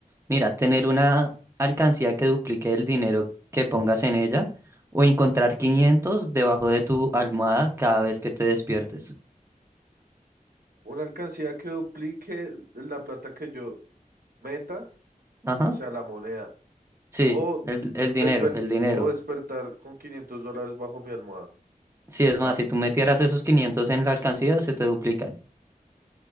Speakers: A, on the right; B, on the right.
A: Mira, tener una alcancía que duplique el dinero que pongas en ella o encontrar 500 debajo de tu almohada cada vez que te despiertes.
B: Una alcancía que duplique la plata que yo meta,
A: Ajá.
B: o sea, la moneda.
A: Sí,
B: O,
A: el, el
B: desper-
A: dinero, el dinero.
B: o despertar con 500 dólares bajo mi almohada.
A: Sí, es más,
B: Ah,
A: si tú metieras esos 500 en la alcancía, se te duplican.